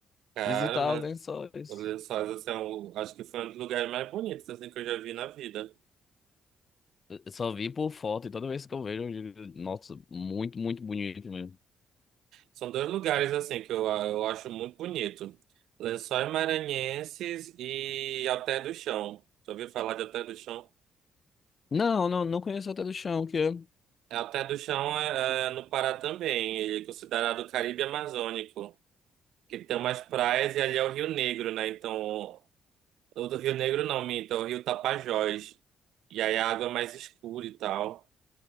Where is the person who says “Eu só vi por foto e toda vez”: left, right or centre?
Left